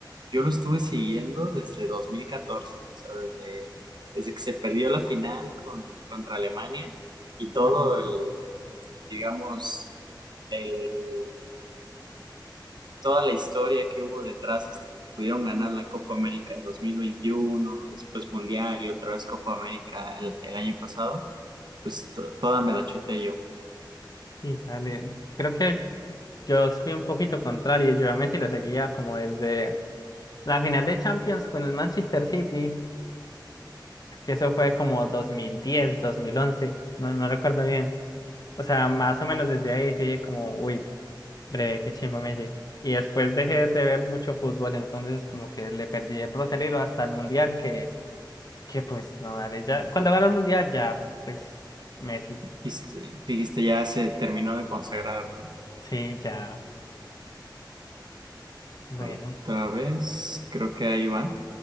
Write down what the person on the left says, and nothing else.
Ah. ok.
Sí, dale. Creo que yo soy un poquito contrario. Yo a Messi lo seguía como desde la final de Champions con el Manchester City, que eso fue como dos dos mil diez dos mil once no, no recuerdo bien. O sea, más o menos desde ahí sí, como, uy, breve, qué chimba Messi. Y después dejé de ver mucho fútbol, entonces como que le perdí el Rosalilo hasta el Mundial, que, que pues no, dale, ya, cuando ganó el Mundial ya, pues Messi,
sí, ya, bueno.